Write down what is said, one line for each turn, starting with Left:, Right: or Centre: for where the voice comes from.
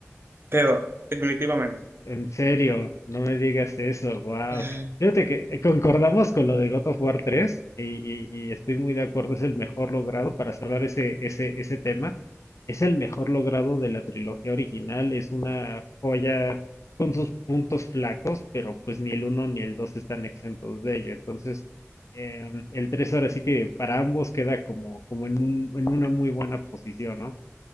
Right: Pero, definitivamente.
Left: En serio, no me digas eso, wow.
Right: Eh,
Left: Fíjate que eh, concordamos con lo de God of War 3 y, y- y estoy muy de acuerdo, es el mejor logrado para cerrar ese, ese, ese tema. Es el mejor logrado de la trilogía original, es una joya con sus puntos flacos, pero pues ni el uno ni el 2 están exentos de ello. Entonces, em, el 3 ahora sí que para ambos queda como, como en un, en una muy buena posición, ¿no?